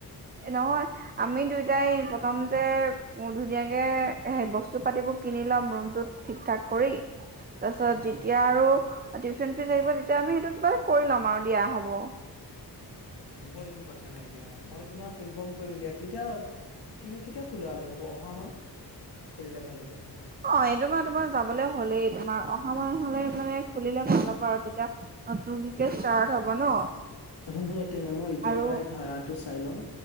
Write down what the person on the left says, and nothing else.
উম
হ'ব একো কথা নাই দিয়া। মই তোমাক ইনফৰ্ম কৰিম দিয়া, কেতিয়া কি কেতিয়া খোলা হলে হ'ব, অহা মাহ খুলিলে ভাল হ'ব।
হ'ব তেনে মই এতিয়াৰ
পৰাই ভাড়াটো চাই লওঁ